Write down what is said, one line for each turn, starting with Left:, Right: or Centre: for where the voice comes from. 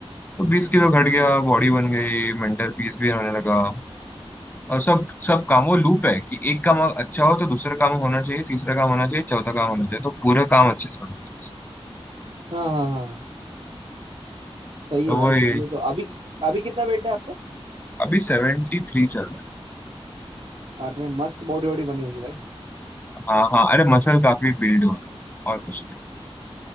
Left: तो बीस किलो घट गया बॉडी बन गई मेंटल पीस भी होने लगा और सब सब काम वो लूप है कि एक काम अच्छा हो तो दूसरा काम होना चाहिए तीसरा काम होना चाहिए चौथा काम होना चाहिए तो पूरा काम अच्छे से होना चाहिए
Right: हाँ हाँ हाँ हाँ, सही
Left: तो
Right: है भाई
Left: वही
Right: सही है तो अभी अभी कितना वेट है आपका
Left: अभी सेवेंटी थ्री चल रहा
Right: अरे मस्त बॉडी वॉडी बनी होगी भाई
Left: है हाँ हाँ अरे मसल काफी बिल्ड हुआ है और कुछ